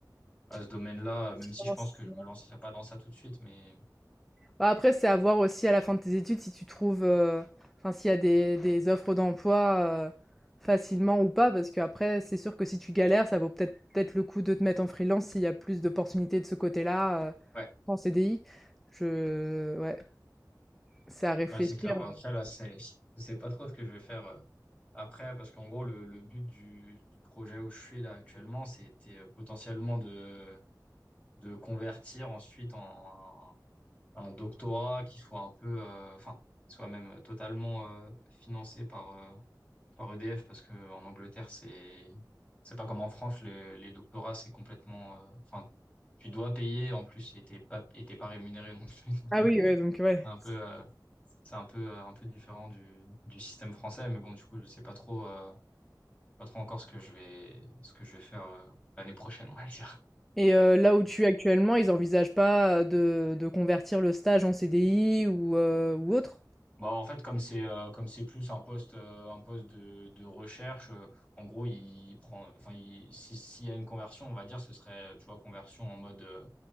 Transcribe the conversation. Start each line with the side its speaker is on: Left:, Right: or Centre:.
Left: à
Centre: Tu-
Left: ce domaine-là, même
Centre: tu
Left: si
Centre: commences-
Left: je pense que je me lancerai pas dans ça tout de suite, mais
Centre: Bah, après, c'est à voir aussi à la fin de tes études si tu trouves, euh, enfin, s'il y a des, des offres d'emploi euh, facilement ou pas, parce qu'après, c'est sûr que si tu galères, ça vaut peut-être peut-être le coup de te mettre en freelance s'il y a plus d'opportunités de ce côté-là euh,
Left: ouais.
Centre: qu'en CDI. Je... Ouais, c'est à réfléchir.
Left: Ouais, c'est clair. Ben, après, là, c'est, je sais pas trop ce que je vais faire euh, après, parce qu'en gros, le, le but du, du projet où je suis là actuellement, c'était euh, potentiellement de, de convertir ensuite en un, un doctorat qui soit un peu, euh, enfin, soit même totalement euh, financé par, euh, par EDF, parce que en Angleterre, c'est, c'est pas comme en France, les, les doctorats, c'est complètement, euh, enfin, tu dois payer, en plus, et t'es pas, et t'es pas rémunéré non plus. <laughs> Donc,
Centre: Ah
Left: euh,
Centre: oui, ouais, donc ouais.
Left: c'est un peu, euh, c'est un peu, euh, un peu différent du, du système français, mais bon, du coup, je sais pas trop, euh, pas trop encore ce que je vais, ce que je vais faire euh, l'année prochaine, <laughs> on va dire.
Centre: Et heu, là où tu es actuellement, ils envisagent pas, de de convertir le stage en CDI ou heu, ou autre?
Left: Bah, en fait, comme c'est, euh, comme c'est plus un poste, euh, un poste de, de recherche, euh, en gros, il prend, enfin, il, si, s'il y a une conversion, on va dire, ce serait, euh, tu vois, conversion en mode, euh,